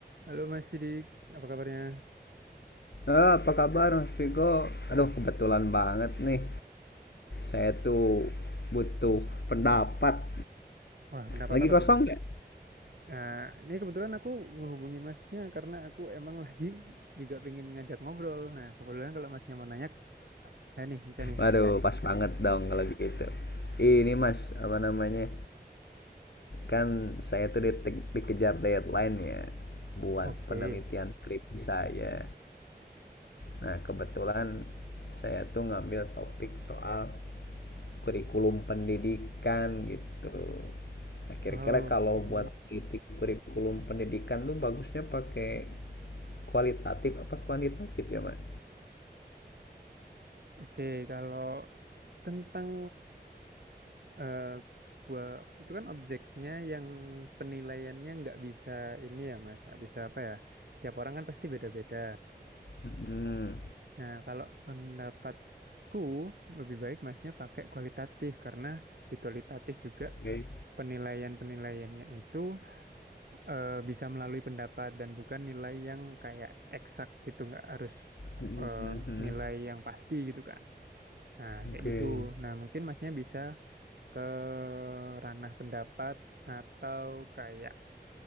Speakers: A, on the right; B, on the left.
A: Halo Mas Sidik, apa kabarnya?
B: Eh, apa kabar Mas Vigo? Aduh, kebetulan banget nih. Saya tuh butuh pendapat.
A: Wah, pendapat
B: Lagi
A: apa
B: kosong
A: tuh Mas?
B: nggak?
A: Nah, ini kebetulan aku menghubungi Masnya karena aku emang lagi juga pengen ngajak ngobrol. Nah, kebetulan kalau Masnya mau nanya, ya nih bisa nih.
B: Waduh, pas banget dong kalau gitu. Ini Mas, apa namanya? Kan saya tuh di- dikejar deadline ya buat
A: Oke,
B: penelitian skripsi saya. Nah, kebetulan saya tuh ngambil topik soal kurikulum pendidikan gitu. Nah, kira-kira
A: Oke,
B: kalau buat meneliti kurikulum pendidikan tuh bagusnya pakai kualitatif apa kuantitatif ya, Mas?
A: Oke, kalau tentang eh, sebuah itu kan objeknya yang penilaiannya nggak bisa ini ya Mas, nggak bisa apa ya? Tiap orang kan pasti beda-beda.
B: Hmm,
A: Nah, kalau pendapatku lebih baik masnya pakai kualitatif karena di kualitatif juga
B: oke.
A: penilaian-penilaiannya itu eh, bisa melalui pendapat dan bukan nilai yang kayak eksak gitu, nggak harus
B: Hmm,
A: eh,
B: hmm, hmm.
A: nilai yang pasti gitu kan. Nah, kayak
B: Oke.
A: gitu. Nah, mungkin masnya bisa ke ranah pendapat atau kayak